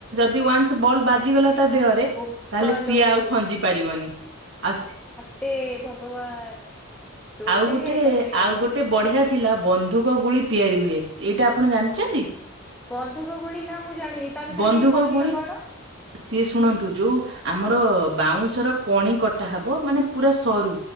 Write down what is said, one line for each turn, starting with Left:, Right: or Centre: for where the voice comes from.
Right: ଦି ଉଆନ୍ସ ବଲ ବାଜିଗଲା ତା ଦେହରେ
Centre: ବୋପାଲୋ
Right: ତାହେଲେ ସିଏ ଆଉ ଖଞ୍ଜି ପାରିବନି ଆଉ ସି
Centre: ଟେ ଭଗବାନ ଜୋରସୋରିଆ
Right: ଆଉ ଗୋଟେ
Centre: ଏକାଥରେ କାଟେ।
Right: ଆଉ ଗୋଟେ ବଢିଆ ଥିଲା ବନ୍ଧୁକ ଗୁଳି ତିଆରି ହୁଏ ଏଇଟା ଆପଣ ଜାଣିଛନ୍ତି।
Centre: ବନ୍ଧୁକ ଗୁଳି ନା ମୁଁ ଜାଣିନି ତା ବିଷୟରେ
Right: ବନ୍ଧୁକ
Centre: ଟିକେ କହିଲ
Right: ଗୁଳି
Centre: କ'ଣ?
Right: ସିଏ ଶୁଣନ୍ତୁ ଯୋଉ ଆମର ବାଉଁଶର କଣି କଟା ହବ ମାନେ ପୁରା ସରୁ